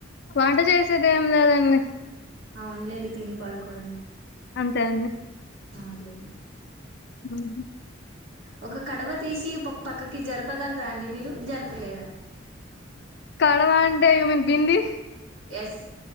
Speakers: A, on the left (about 60°); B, on the right (about 80°).
A: వంట చేసేదెం లేదండి.
B: అవునులేండి. తిని పడుకోవడమే
A: అంతే అండి.
B: అవున్ లేండి
A: ఉహ్ హు
B: ఒక కడవ తీసి ఒక్ పక్కకి జరపగలరా అండి. మీరు జరపలేరా
A: కడవాంటే యామిన్ బింది.
B: ఎస్